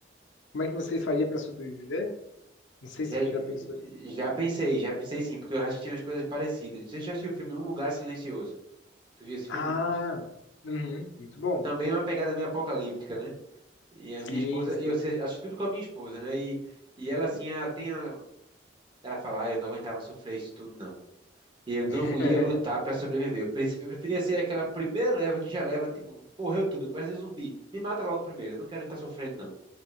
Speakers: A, on the left (about 80°); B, on the right (about 25°).
A: Como é que vocês faria pra sobreviver? Não sei
B: Já,
A: se já pensou isso.
B: já pensei, já pensei sim, porque eu assisti umas coisas parecidas. Não sei se você já assistiu o filme Um Lugar Silencioso. Tu viu esse filme?
A: Ah, uhum, muito bom.
B: Também é uma pegada meio apocalíptica, né? E
A: Sim,
B: a minha esposa,
A: sim.
B: eu assisti assisti tudo com a minha esposa, né? E, e ela assim, ela tem a, ela fala, ah, eu não aguentava sofrer isso tudo não. Eu não
A: <laughs>
B: ia lutar pra sobreviver. Eu preci- eu preferia ser aquela primeira leva que já leva, tipo, morreu tudo, parece um zumbi. Me mata logo primeiro, eu não quero estar sofrendo, não.